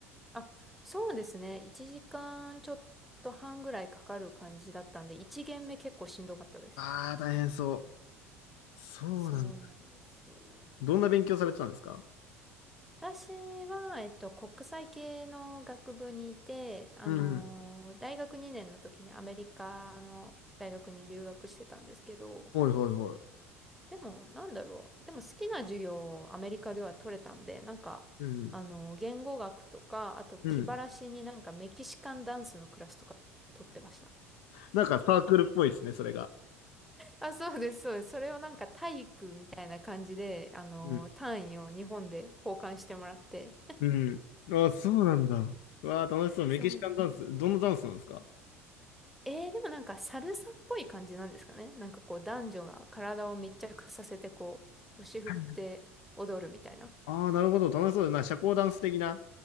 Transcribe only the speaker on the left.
ああー、大変そう。そうなんだ。
どんな勉強されてたんですか
うんうん、ほいほいほい。
うん、
うん、なんかサークルっぽいですね、それが。
うん、
うん。ああ、そうなんだ。うわあ、楽しそう。メキシカンダンス。
どんなダンスなんですか
はいああー、なるほど。楽しそうだな。社交ダンス的な。